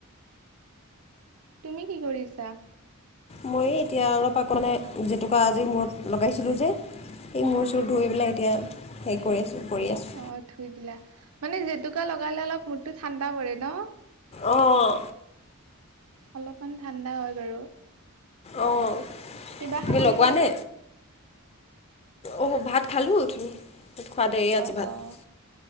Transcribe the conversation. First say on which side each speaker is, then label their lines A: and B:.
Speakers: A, on the right; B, on the left.
A: তুমি কি কৰিআছা?
B: মই এতিয়া অলপ আকৌ মে জেতুকা আজি মূৰত লগাইছিলোঁ যে। এই
A: উম,
B: মূৰ
A: উম,
B: চুৰ ধুই পেলাই এতিয়া হেৰি কৰি আছোঁ। কৰি আছোঁ
A: অ ধুই দিলা, মানে জেতুকা লগালে অলপ মূৰতটো ঠাণ্ডা পৰে ন?
B: অহ
A: অলপমান ঠাণ্ডা হয় বাৰু।
B: অঁ
A: কিবা
B: তুমি
A: খালানে
B: লগোৱানে
A: বাৰু?
B: অঁ ভাত খালোঁ, <unintelligible> খোৱা দেই আজি
A: অ',
B: ভাত।
A: অ',